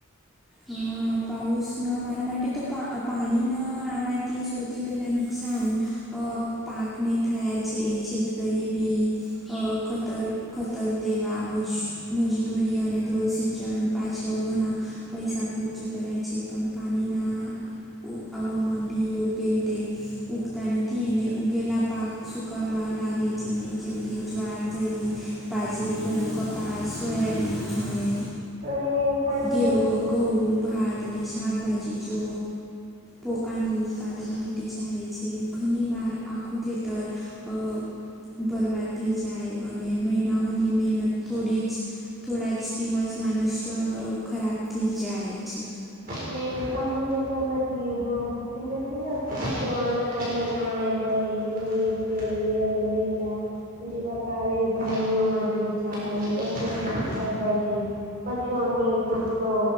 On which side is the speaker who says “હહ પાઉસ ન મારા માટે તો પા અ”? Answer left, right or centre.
Centre